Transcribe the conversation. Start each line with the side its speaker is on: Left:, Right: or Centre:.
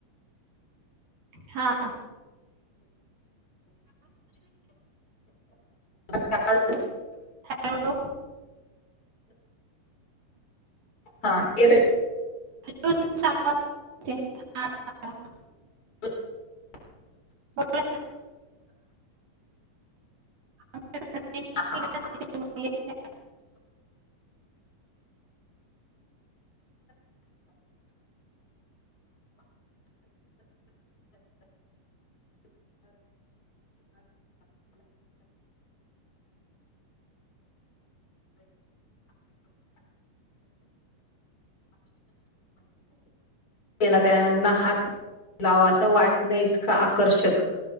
Right: हा.
Left: <inaudible>
Right: हॅलो.
Left: हा ते
Right: <unintelligible>
Left: <inaudible>
Right: बोला ना. आमच्याकडे रेंज
Left: हां.
Right: नाही ना त्याच्यामुळे येत
Left: येिणाऱ्यांना हात लावा असं वाटणं इतकं आकर्षक